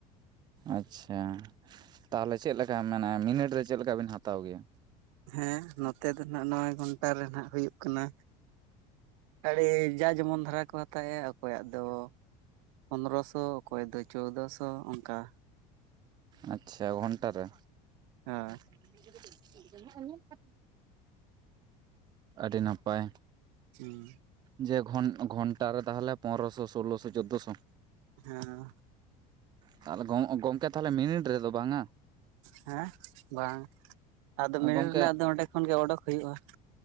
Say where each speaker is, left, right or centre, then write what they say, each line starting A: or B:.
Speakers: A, on the right; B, on the right.
A: ᱟᱪᱪᱷᱟ ᱛᱟᱦᱚᱞᱮ ᱪᱮᱫ ᱞᱮᱠᱟ᱾ ᱢᱮᱱᱟ ᱢᱤᱱᱤᱴ ᱨᱮ ᱪᱮᱫᱞᱮᱠᱟ ᱵᱤᱱ ᱦᱟᱛᱟᱣ ᱜᱮᱭᱟ᱾
B: ᱦᱮᱸ ᱱᱚᱛᱮ ᱫᱚ ᱱᱟᱜ ᱱᱚᱭ‌‌ ᱜᱷᱚᱱᱴᱟ ᱨᱮᱱᱟᱜ ᱦᱩᱭᱩᱼᱜ ᱠᱟᱱᱟ᱾ ᱟᱹᱰᱤ ᱡᱟ ᱡᱮᱢᱚᱱ ᱫᱷᱽᱟᱨᱟ ᱠᱚ ᱦᱟᱛᱟᱭᱼᱟ᱾ ᱚᱠᱚᱭᱟᱜ ᱫᱚ ᱯᱚᱱᱨᱚ ᱥᱚ, ᱚᱠᱚᱭ ᱫᱚ ᱪᱳᱫᱚ ᱥᱚ ᱚᱱᱠᱟ᱾
A: ᱟᱪᱪᱷᱟ ᱜᱷᱚᱱᱴᱟ ᱨᱮ?
B: ᱦᱚᱭ ᱾
A: <unintelligible> ᱟᱹᱰᱤ ᱱᱟᱯᱟᱭ᱾
B: ᱦᱮᱸ
A: ᱡᱮ ᱜᱷᱳᱱ, ᱜᱷᱚᱱᱴᱟ ᱨᱮ ᱛᱟᱦᱚᱞᱮ, ᱯᱚᱱᱮᱨᱚᱥᱚ ᱥᱳᱞᱳ ᱥᱚ ᱪᱳᱫᱽᱫᱳ ᱥᱚ᱾
B: ᱦᱮᱸ ᱦᱮᱸ
A: ᱛᱟᱦᱚᱞᱮ ᱜᱚᱝᱠᱮ ᱛᱟᱦᱚᱞᱮ ᱢᱤᱱᱤᱴ ᱨᱮᱫᱚ ᱵᱟᱝᱟ?
B: ᱦᱮᱸ, ᱵᱟᱝ, ᱟᱫᱚ ᱢᱤᱱᱤᱴ
A: ᱜᱚᱝᱠᱮ
B: ᱨᱮᱱᱟᱜ ᱫᱚ ᱚᱸᱰᱮ ᱠᱷᱚᱱ ᱜᱮ ᱚᱰᱩᱠ ᱦᱩᱭᱩᱜᱼᱟ᱾